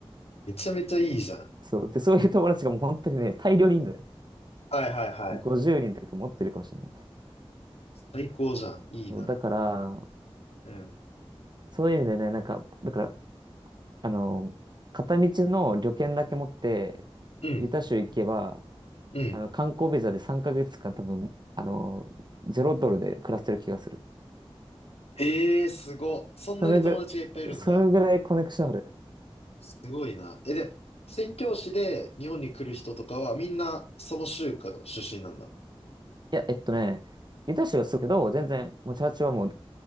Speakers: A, on the left; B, on the right.
A: めちゃめちゃいいじゃん。
B: そう。で、そういう友達がもう本当にね、大量にいるのよ。
A: はいはいはい。
B: 50人とか持ってるかもしれない。
A: 最高じゃん。いいな。
B: そう、だから、
A: うん
B: そういう意味でね、なんか、だから、あの、片道の旅券だけ持って、
A: うん、
B: ユタ州行けば、
A: うん。
B: あの、観光ビザで3ヶ月間多分、あの、ゼロドルで暮らせる気がする。
A: ええすご。そんなに友達がいっぱいいるんだ。
B: それぐらい、それぐらいコネクションある。
A: すごいな。え、で、宣教師で日本に来る人とかはみんなその州からの出身なんだ。
B: いや、えっとね、ユタ州がすぐけど、全然、もうチャーチはもう